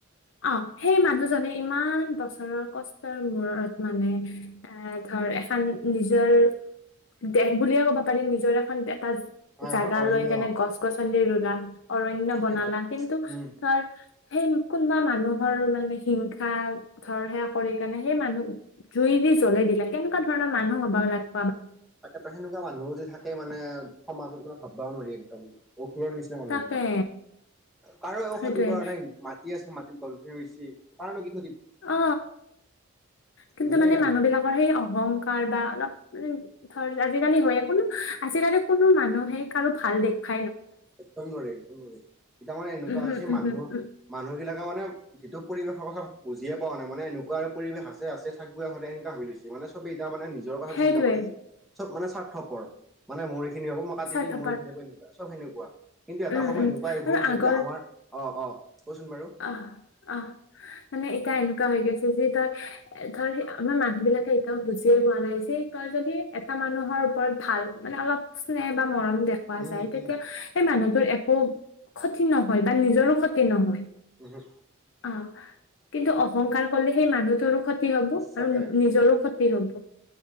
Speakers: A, on the left; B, in the centre.
A: আ সেই মানুহজনে ইমান বছৰৰ কষ্টৰ মূৰত মানে এ ধৰ এখন নিজৰ দেশ বুলিয়ে ক'ব পাৰিম, নিজৰ এখন দেশ এটা
B: অ
A: জাগা
B: এখন অৰণ্য
A: লৈ কেনে গছ -গছনি ৰুলা, অৰণ্য
B: তাকেতো
A: বনালা কিন্তু
B: উম
A: ধাৰ সেই কোনোবা মানুহৰ মানে হিংসা ধৰ, সেয়া কৰি কাৰণে সেই মানুহ জুই দি জ্বলে কেনেকুৱ ধৰ মানুহ হবাব লাগে
B: তাকে ত সেনেকুৱা মানুহো যে থাকে মানে সমাজত মানে ভাববাও নোৱাৰি একদম অসুৰৰ নিচিনা মানুহ
A: তাকে
B: এইগিলাক কাৰো এক
A: সেইটোয়ে
B: ক্ষতি কৰা নাই মাটি আছে ম- গল হে হৈছে কাৰলৈকে
A: অ কিন্তু
B: এনেই
A: মানে
B: আৰু
A: মানুহ বিলাকৰ সেই অহংকাৰ বা অলপ মান ধৰ আজিকালি হয় কোনো আজিকালি কোনো মানুহে কাৰো ভাল দেখ ভাল
B: একদম নোৱাৰি তামানে এনেকুৱা
A: উম
B: হৈছে
A: হম উম
B: মানুহ
A: হম উম
B: মানুহ বিলাকে মানে যিটো পৰিৱেশৰ কথা বুজিয়ে পা নাই মানে এনেকুৱা আৰু পৰিৱেশ আছে আছে থাকব সতে এনেকুৱা হৈ লৈছে মানে চবেই এতিয়া মানে নিজৰ কথাটো
A: সেইটোৱে
B: চিন্তা কৰি চব মানে স্বাৰ্থপৰ মানে মৰি- খিনি হব মই কাটি
A: স্বাৰ্থপৰ
B: দিম মৰে খিনি হব এনেকুৱা চব সেনেকুৱা কিন্তু এটা
A: উম
B: সময়
A: উম
B: এনেকুৱা আহিবোৰ
A: আৰু
B: যেতিয়া
A: আগৰ
B: আমাৰ অ অ কচোন বাৰু
A: আহ অ মানে এটাই এ হৈ গৈছে যে তই ধৰ আমাৰ মানুহ বিলাকে এতিয়াও বুজিয়ে পোৱা নাই যে তই যদি এটা মানুহৰ ওপৰত ভাল মানে অলপ স্নেহ বা মৰম দেখুুৱা
B: উম
A: যায় তেতিয়া
B: উম
A: সেই মানুহটোৰ একো ক্ষতি নহয় বা নিজৰো ক্ষতি নহয়।
B: নহ
A: অ কিন্তু অহংকাৰ কলে সেই মানুহটোৰো ক্ষতি হব
B: সঁচাকে
A: আৰু নিজৰো ক্ষতি হব